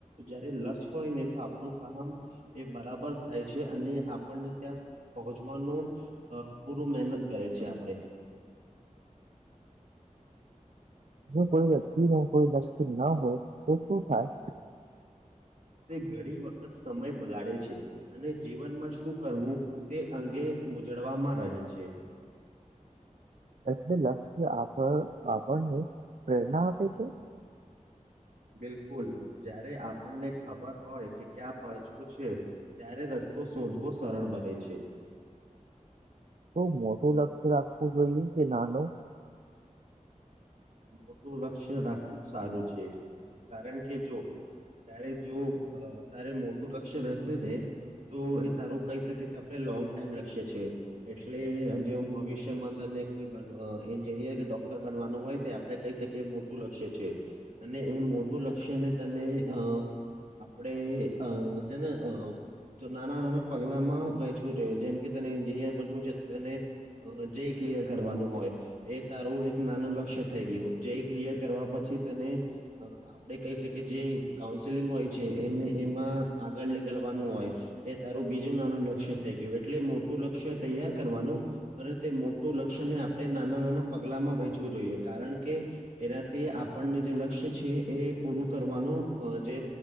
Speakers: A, on the right; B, on the right.
A: જયારે લક્ષ હોય ને તો આપણું કામ, એ બરાબર થાય છે અને આપણને ત્યાં પહોંચવાનું, પૂરું મહેનત કરે છે આપડે.
B: હ જો કોઈ વ્યક્તિ નું કોઈ નકસી ના હોય. તો શું થાય?
A: તે ઘણી વખત સમય બગાડે છે. અને જીવનમાં શું કરવું, તે અંગે મજળવામાં રહે છે.
B: એટલે લક્ષ્ય આપ આપણને પ્રેરણા આપે છે?
A: બિલકુલ, જ્યારે આપણને ખબર હોય કે ક્યાં પહચવું છે. ત્યારે રસ્તો શોધવો સરળ બને છે.
B: તો મોટું લક્ષ્ય રાખવું જોઈએ કે નાનું?
A: મોટું લક્ષ્ય રાખવું સારું છે, કારણ કે જો. ત્યારે જો તારે મોટું લક્ષ્ય રહેશે ને. તો એ તારું કહી શકે કે આપણે લોંગ ટાઈમ લક્ષ્ય છે. એટલે જે ભવિષ્યમાં તને કોઈ એન્જિનિયર કે ડોક્ટર બનવાનું હોય. આપણે કહી શકીએ એ મોટું લક્ષ્ય છે, અને એ મોટું લક્ષ્યને તને અ આપડે અ હેને અ તો નાના નાના પગલામાં વહેચવું જોઈએ જેમ કે તેને એન્જિનિયર બનવું છે તેને અ જે ક્લિયર કરવાનું હોય, એ તારું એક નાનું લક્ષ્ય થઈ ગયો, જેઈ ક્લિયર કરવા પછી તને આપે કહી શકીએ જે કાઉન્સેલિંગ હોય છે એને એમાં આગળ નીકલવાનું હોય. એ તારું બીજું નાનું લક્ષ્ય થઈ ગયું એટલે મોટું લક્ષ્ય તૈયાર કરવાનું. અને તે મોટું લક્ષ્ય ને આપણે નાના નાના પગલામાં વેંચવું જોઈએ. કારણ કે, એનાથી આપણને જે લક્ષ્ય છે, એ પૂરું કરવાનું જે